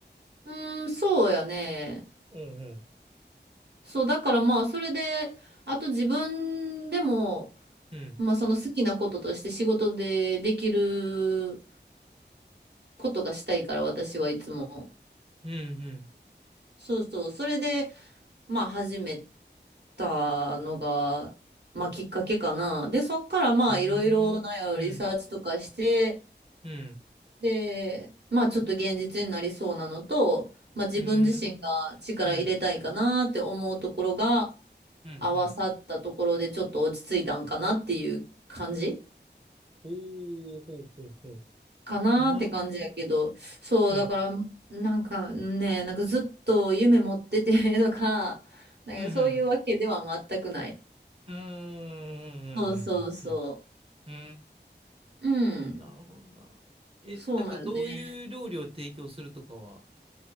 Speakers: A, on the right; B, on the right.
A: うん、そうやね。
B: うんうん。
A: そう、だからまあそれで、あと自分でも、
B: うん。
A: まあその好きなこととして仕事でできることがしたいから、私はいつも。
B: うん
A: そうそう。それで、まあ始めたのが、まあきっかけかな。で、そっからまあいろいろなリサーチとかして、
B: うん。うーん。うん。うん。
A: で、まあちょっと現実になりそうなのと、まあ自分自身が力入れたいかなって思うところが
B: うーん。うん。うん。
A: 合わさったところでちょっと落ち着いたんかなっていう感じ
B: うん。ほうほうほうほう。
A: かなって感じやけど、
B: なるほどね。
A: そう、
B: うん。
A: だから、なんかね、なんかずっと夢持っててとか、なんかそういうわけでは全くない。
B: うんうん。うーん。
A: そうそうそ
B: うん。うん。うー
A: う。うん。
B: んなるほどな。え、
A: そうなよね。
B: なんかどういう料理を提供するとかは、